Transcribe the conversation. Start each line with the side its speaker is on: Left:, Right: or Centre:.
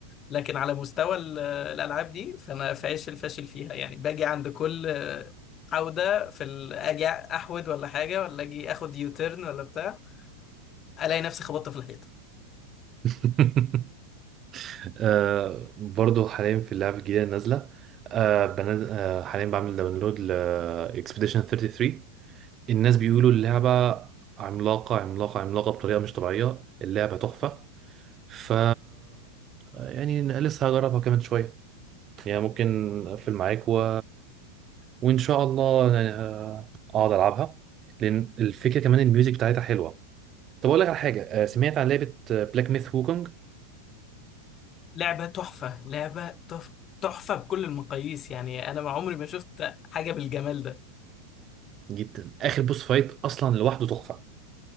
Left: لكن على مستوى ال- الالعاب دي فانا فاشل فاشل فيها يعني باجي عند كل عودة في ال- اجي احود ولا حاجة ولا اجي اخد يوتيرن ولا بتاع الاقي نفسي خبطت في الحيطة
Right: <laughs> آه برضو حاليا في اللعبة الجديدة نازلة آه بنز... آه حاليا بعمل داونلود ل Expedition 33 الناس بيقولوا اللعبة عملاقة عملاقة عملاقة بطريقة مش طبيعية اللعبة تحفة ف يعني لسه هجربها كمان شوية يعني ممكن أقفل معاك و... وإن شاء الله يعني، آه، أقعد ألعبها لأن الفكرة كمان الميوزك بتاعتها حلوة طب أقول لك على حاجة آه، سمعت عن لعبة بلاك ميث وukong
Left: لعبة تحفة لعبة تف- تحفة بكل المقاييس يعني انا ما عمري ما شفت حاجة بالجمال ده
Right: جدا آخر بوس فايت أصلا لوحده تحفة